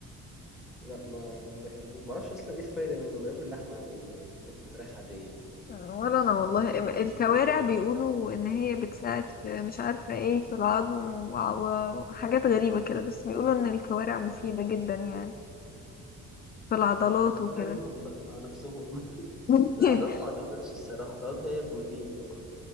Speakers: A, in the centre; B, on the left.
A: لا ما ما بحبوش ما اعرفش اصلا ايه الفايدة منه ما ناكل لحمة عادية ناكل فراخ عادية
B: ولا انا والله
A: ناكل الاكل
B: الكوارع
A: الطبيعي
B: بيقولوا ان هي بتساعد في مش عارفة ايه في العظم وع- و- وحاجات غريبة كده بس بيقولوا ان الكوارع مفيدة جدا يعني في العضلات
A: آه، مفيدة
B: وكده
A: ليهم بقى مع نفسهم <laughs>
B: <laughs>
A: لا عضلات ما اعتقدش الصراحة عضلات هي بروتين شكرا